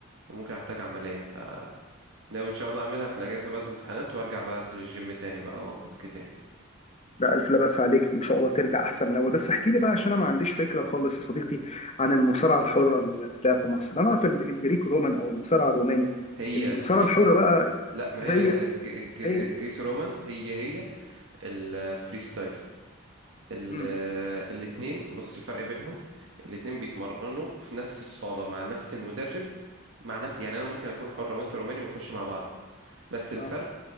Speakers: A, on the right (about 70°); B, on the left (about 30°).
A: وممكن أحتاج عملية فناوي إن شاء الله أعملها في الأجازة بعد الامتحانات وأرجع بقى أنزل الجيم تاني بقى وأبلك تاني
B: ده ألف لا بأس عليك إن شاء الله ترجع أحسن من الأول بس احكي لي بقى عشان أنا ما عنديش فكرة خالص يا صديقي عن المصارعة الحرة اللي بتتلعب في مصر أنا أعرف ال- الجريك رومان أو المصارعة الروماني
A: هي
B: المصارعة
A: الجريك
B: الحرة
A: رومان
B: بقى
A: لا ما
B: زي
A: هي الج- الج-
B: هي
A: الجريس رومان هي هي الفريستايل ال-
B: امم
A: آه، الاتنين بص الفرق بينهم الاتنين بيتمرنوا في نفس الصالة مع نفس المدرب مع نفس يعني انا ممكن اكون حرة وانت روماني ونخش مع بعض بس الفرق
B: آه.